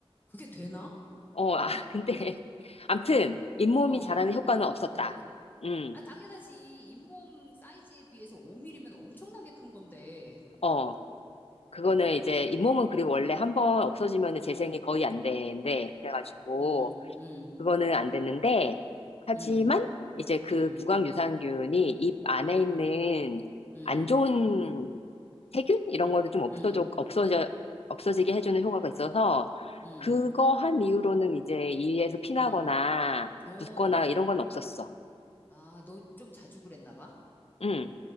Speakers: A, on the left; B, on the left.
A: 그게 되나?
B: 어, 아, 근데 <laughs> 암튼 잇몸이
A: 어,
B: 자라는 효과는 없었다.
A: 어.
B: 음,
A: 아, 당연하지. 잇몸 사이즈에 비해서 5mm면 엄청나게 큰 건데.
B: 어. 그거는 이제 잇몸은 그리고 원래 한번 없어지면 재생이
A: 응.
B: 거의 안 되는데, 그래가지고,
A: 음, 음,
B: 그거는 안 됐는데, 하지만
A: 음,
B: 이제 그
A: 음,
B: 구강 유산균이 입 안에
A: 음,
B: 있는
A: 음,
B: 안 좋은 세균? 이런 거를 좀 없어져,
A: 음,
B: 없어져, 없어지게 해주는 효과가 있어서,
A: 음,
B: 그거 한 이후로는 이제 이에서 피나거나,
A: 음. 오,
B: 붓거나 이런 건 없었어.
A: 아, 너 좀 자주 그랬나 봐?
B: 응,